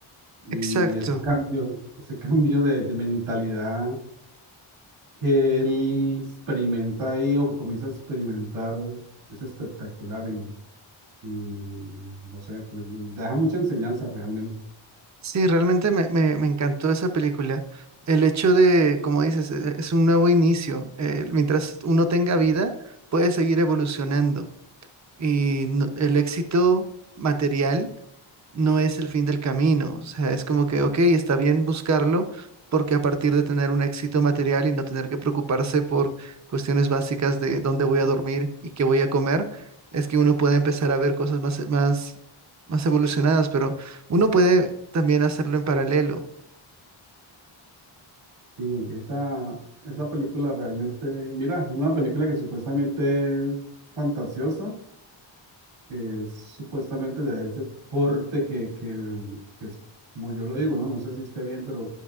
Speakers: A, on the right (about 85°); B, on the right (about 35°).
A: Y
B: Exacto.
A: ese cambio, ese cambio de, de mentalidad que él experimenta ahí o que comienza a experimentar es espectacular y, y no sé, le- le deja mucha enseñanza realmente.
B: Sí, realmente me, me- me encantó esa película. El hecho de, como dices, e- e, es un nuevo inicio. Eh, mientras uno tenga vida, puede seguir evolucionando. Y no- el éxito material no es el fin del camino. O sea, es como que, ok, está bien buscarlo, porque a partir de tener un éxito material y no tener que preocuparse por cuestiones básicas de dónde voy a dormir y qué voy a comer, es que uno puede empezar a ver cosas más, más, más evolucionadas, pero uno puede también hacerlo en paralelo.
A: Sí, esa, esa película realmente, mira, es una película que supuestamente es fantasiosa, que es supuestamente de ese corte que, que, que es, como yo lo digo, ¿no? No sé si esté bien, pero